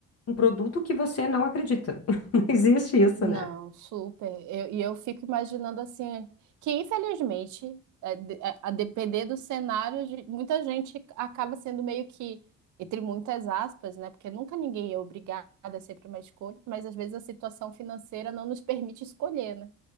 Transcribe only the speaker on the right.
Não,
super. Eu- E eu, fico imaginando assim, que infelizmente, é, de- é, a depender do cenário, de- muita gente acaba sendo meio que, entre muitas aspas, né? Porque nunca ninguém é obrigado, é sempre uma escolha, mas às vezes a situação financeira não nos permite escolher, né?